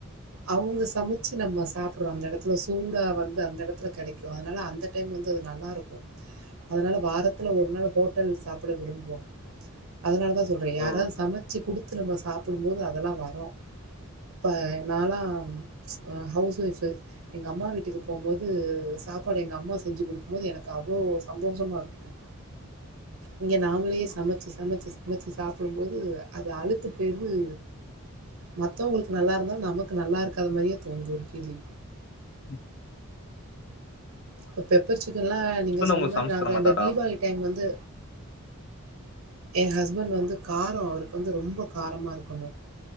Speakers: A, on the right; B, on the left.
A: அவுங்க சமச்சு நம்ம சாப்புடுறோ அந்த எடத்துல சூடா வந்து அந்த எடத்துல கெடைக்கு அதுனால அந்த டைம் வந் து நல்லா இருக்கு அதனால வாரத்துல ஒரு நாள் ஹோட்டல்ல சாப்புட விரும்புவோ அதனால தா சொல்றே யாராது
B: ஓ
A: சமச்சு குடுத்து நம்ம சாப்புடும் போது அதெல்லா வரோ இப்ப நாலா அ ஹவுஸ் ஒய்ஃபு எங்க அம்மா வீட்டுக்கு போம்போது சாப்பாடு எங்க அம்மா செஞ்சு குடு போது எனக்கு அவ்ளோ சந்தோஷமா இருக்கு இங்க நாமளேயே சமச்சு சமச்சு சமச்சு சாப்புடும் போது அது அழுத்து போயிந்து மத்தவங்களுக்கு நல்லா இருந்தாலு நமக்கு நல்லா இருக்காத மாரியே தோணது ஒரு கேள்வி
B: ம்
A: இப்ப பெப்பர் சிக்கன்ல்லா
B: ஹஸ்பண்ட்
A: நீங்க சொன்ன
B: உங்களுக்கு
A: மாரி
B: சமச்சு
A: நாங்க
B: தர மாட்டாரா
A: இந்த தீபாவளி டைம் வந்து எ ஹஸ்பண்ட் வந்து காரோ அவருக்கு வந்து ரொம்ப காரமா இருக்கணு